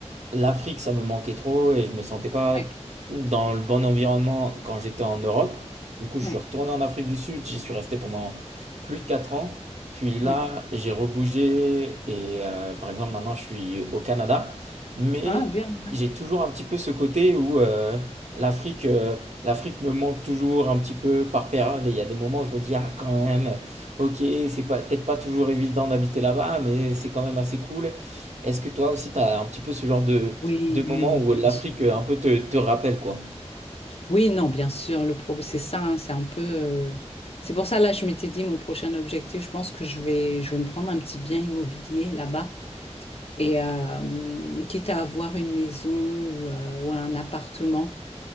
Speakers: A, on the right (about 75°); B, on the left (about 55°).
A: L'Afrique, ça me manquait trop et je me sentais pas
B: oui,
A: dans le bon environnement quand j'étais en Europe. Du coup, je
B: oui,
A: suis retourné en Afrique du Sud, j'y suis resté pendant plus de 4 ans. Puis là,
B: oui.
A: j'ai rebougé et euh, par exemple, maintenant, je suis au Canada. Mais
B: Ah, bien, ouais.
A: j'ai toujours un petit peu ce côté où euh, l'Afrique euh, l'Afrique me manque toujours un petit peu par période. Et il y a des moments où je me dis, ah, quand même, ok, c'est pas, peut-être pas toujours évident d'habiter là-bas, mais c'est quand même assez cool. Est-ce que toi aussi, tu as un petit peu ce genre de,
B: Oui,
A: de moment où
B: bien
A: l'Afrique
B: sûr.
A: euh, un peu te, te rappelle quoi?
B: Oui, non, bien sûr. Le problème, c'est ça, hein, c'est un peu. euh, C'est pour ça, là, je m'étais dit, mon prochain objectif, je pense que je vais, je vais me prendre un petit bien immobilier là-bas. Et euh, quitte à avoir une maison ou, euh, ou un appartement